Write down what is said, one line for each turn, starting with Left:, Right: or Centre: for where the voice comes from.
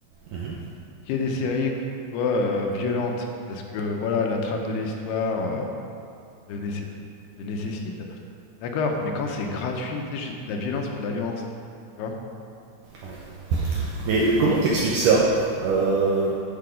Right: mhm.
Left: qu'il y ait des séries, tu vois, euh, violentes, parce que euh, voilà, la trame de l'histoire euh, le, nécess- le nécessite, d'accord, mais quand c'est gratuit, tu sais, j'ai- de la violence pour de la violence, tu vois.
Right: Ouais. Mais comment t'expliques ça Euh,